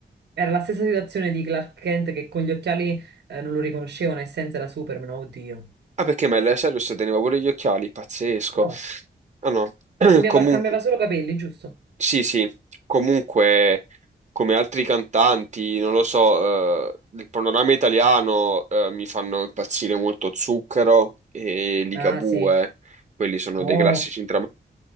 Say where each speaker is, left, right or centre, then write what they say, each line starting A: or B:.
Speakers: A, on the right; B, on the right.
A: Era la stessa situazione di Clark Kent che con gli occhiali eh, non lo riconoscevano e senza era Superman, oddio.
B: Ah, perché Miley Cyrus teneva pure gli occhiali? Pazzesco.
A: No,
B: Ah no, <clears throat>
A: cambiava,
B: comunque,
A: cambiava solo capelli, giusto?
B: sì, sì, comunque, come altri cantanti, non lo so, eh, del panorama italiano, eh, mi fanno impazzire molto Zucchero e Ligabue,
A: Ah, sì.
B: quelli sono
A: No,
B: dei classici entrambi.